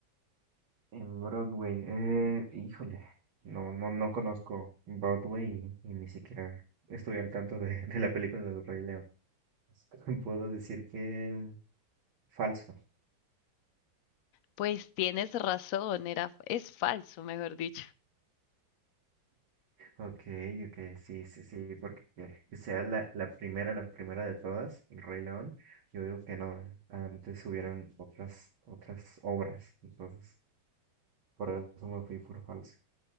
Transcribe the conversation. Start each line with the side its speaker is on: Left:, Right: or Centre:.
Right: En Broadway, eh, híjole, no, no, no conozco Broadway y, y ni siquiera estoy al tanto de, de la película del Rey León. <laughs> Puedo decir que mm, falso.
Left: Pues tienes razón, era, es falso, mejor dicho.
Right: Okay, okay, sí, sí, sí, porque que sea la, la primera, la primera de todas, El Rey León, yo digo que no, antes hubieran otras, otras obras, entonces, por eso me fui por falso.